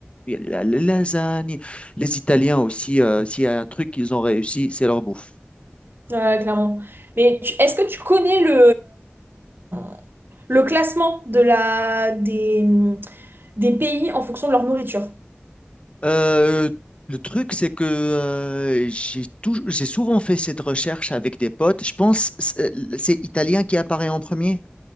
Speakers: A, on the left; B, on the right.
A: il y a la, la lasagne. Les Italiens aussi, euh, s'il y a un truc qu'ils ont réussi, c'est leur bouffe.
B: Ouais, clairement. Mais tu- est-ce que tu connais le, euh, le classement de la, des, des pays en fonction de leur nourriture?
A: Euh, le truc, c'est que euh, j'ai tou- j'ai souvent fait cette recherche avec des potes. Je pense c'est c'est italien qui apparaît en premier.